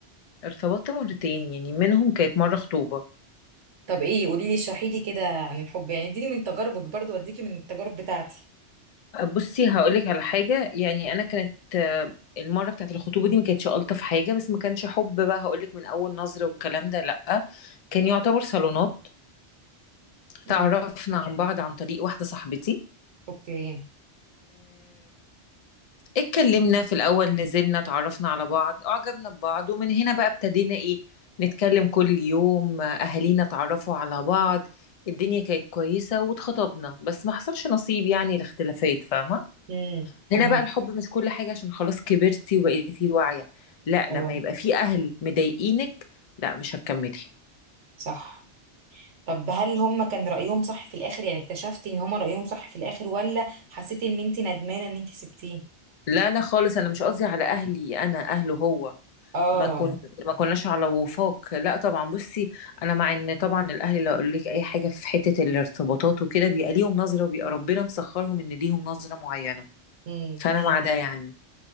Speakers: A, on the left; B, on the right.
A: ارتبطت مرتين يعني منهم كانت مره خطوبه
B: طب ايه قولي لي اشرحي لي كده عن الحب يعني اديني من تجاربك برضو واديكي من التجارب بتاعتي
A: بصي هقولك على حاجه يعني انا كانت آه، المره بتاعت الخطوبه دي ما كانتش الطف حاجه بس ما كانش حب بقى هقولك من اول نظره والكلام ده لا كان يعتبر صالونات
B: امم
A: تعرفنا عن بعض عن طريق واحده صاحبتي
B: اوكي
A: اتكلمنا في الأول نزلنا اتعرفنا على بعض أعجبنا ببعض ومن هنا بقى ابتدينا إيه نتكلم كل يوم أهالينا اتعرفوا على بعض الدنيا كانت كويسة واتخطبنا بس ما حصلش نصيب يعني الاختلافات فاهمة
B: امم فاهمك
A: هنا بقى الحب مش كل حاجة عشان خلاص كبرتي وبقيتي واعية لا
B: اه
A: لما يبقى في أهل مضايقينك لا مش هتكملي
B: صح طب هل هم كان رأيهم صح في الآخر يعني اكتشفتي ان هم رأيهم صح في الآخر ولا حسيتي ان انت ندمانة ان انت سبتيه
A: لا لا خالص أنا مش قصدي على أهلي أنا أهله هو
B: اه
A: ما كن ما كناش على وفاق لا طبعا بصي انا مع ان طبعا الاهل لو قالوا لك اي حاجه في حته الارتباطات وكده بيبقى ليهم نظره وبيبقى ربنا مسخرهم ان ليهم نظره معينه
B: امم
A: فانا مع ده مم. يعني